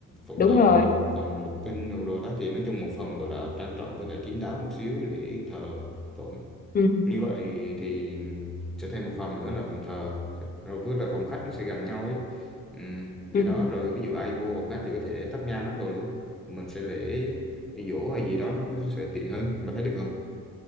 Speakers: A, in the centre; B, on the left.
A: phòng
B: đúng
A: thờ
B: rồi
A: phòng đọc phòng đọc kinh đồ đồ đó thì nói chung một phòng gọi là trang trọng với lại kín đáo một xíu để thờ phụng
B: ừ.
A: như vậy thì sẽ thêm một phòng nữa là phòng thờ rồi với lại phòng khách nó sẽ gần nhau ấy ừ, vậy
B: Ừ.
A: đó rồi ví dụ ai vô phòng khách thì có thể thắp nhang hết rồi luôn mình sẽ lễ giỗ hay gì đó nó nó sẽ tiện hơn mà thấy được không